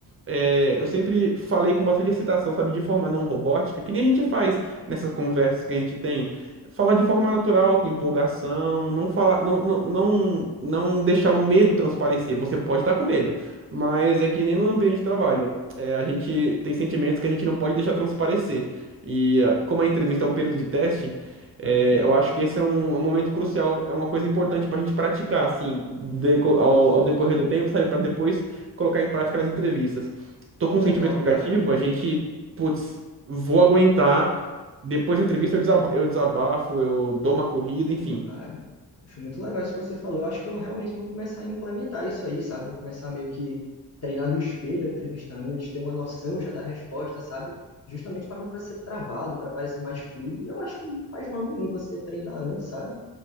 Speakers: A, on the right; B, on the left.
A: é, eu sempre falei com bastante excitação, sabe, de forma não robótica, que nem a gente faz nessas conversas que a gente tem falar de forma natural, com empolgação, não falar, não, não, não, não deixar o medo transparecer. Você pode estar com medo, mas é que nem no ambiente de trabalho. É, a gente tem sentimentos que a gente não pode deixar transparecer. E ah, como a entrevista é um período de teste, é,
B: Caramba,
A: eu acho que esse é um, um momento crucial, é uma coisa importante para a gente praticar, assim, deco- ao,
B: que,
A: ao decorrer do tempo, sabe? Para depois colocar em prática nas entrevistas. Tô com
B: que
A: um
B: legal,
A: sentimento negativo,
B: cara.
A: a gente, putz, vou aguentar. Depois da entrevista eu desaba- eu desabafo, eu dou uma corrida, enfim.
B: Ah, é. muito legal isso que você falou. Eu acho que eu realmente vou começar a implementar isso aí, sabe? Vou começar meio que treinar no espelho a entrevista antes, ter uma noção já da resposta, sabe? Justamente para não pra ser travado, para parecer mais fluido. E eu acho que não faz mal nenhum você treinar antes, sabe?